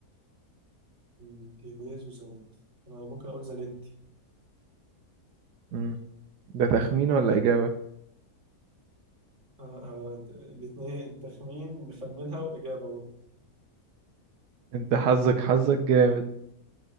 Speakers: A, on the right; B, on the right.
A: مم، تيبيز وزانيت انا ممكن اقول زانيت
B: مم. ده تخمين ولا إجابة؟
A: آه، آه، الاتنين تخمين مخمنها واجابه برضه
B: أنت حظك حظك جامد